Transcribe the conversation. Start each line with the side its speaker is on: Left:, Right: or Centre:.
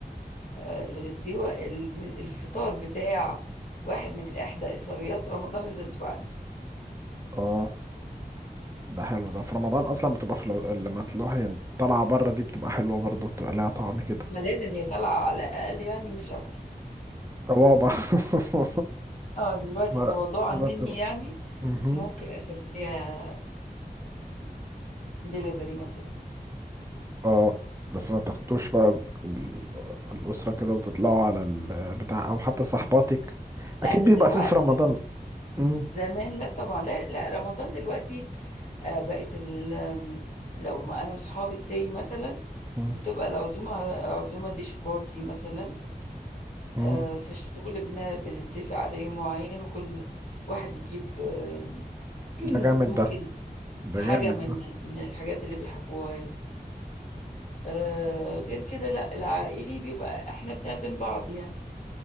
Left: آه، الغديوه ال- الفطار بتاع واحد من احدى افطاريات رمضان لازم تبقى عندي
Right: اه ده حلو ده في رمضان اصلا بتبقى في لو- لما تروح طالعه بره دي بتبقى حلوه برضو بتبقى لها طعم كده
Left: ما لازم هي طالعه على الاقل يعني مش اكتر
Right: طبعا <laughs>
Left: اه دلوقتي
Right: ما
Left: تواضعا
Right: ده
Left: مني
Right: ما بت-
Left: يعني
Right: مهم.
Left: ممكن اخليها دليفري مثلا
Right: اه بس ما تاخدوش بقى ال- الاسره كده وتطلعوا على البتاع او حتى صحباتك
Left: لا
Right: اكيد
Left: ده
Right: بيبقى
Left: دلوقتي
Right: فيه في رمضان
Left: لكن
Right: مم.
Left: زمان لا طبعا لا لا رمضان دلوقتي آه بقت ال آم، لو ما انا وصحابي تسي مثلا
Right: مم.
Left: بتبقى العزومه عزومه ديش بارتي مثلا
Right: مم.
Left: آه في الشغل بن بنتفق على يوم معين وكل واحد يجيب آم، <clears throat>
Right: ده جامد
Left: ممكن
Right: ده ده
Left: حاجه
Right: جامد
Left: من
Right: ده
Left: من الحاجات اللي بيحبوها يعني. آه غير كده لا العائلي بيبقى احنا بنعزم بعض يعني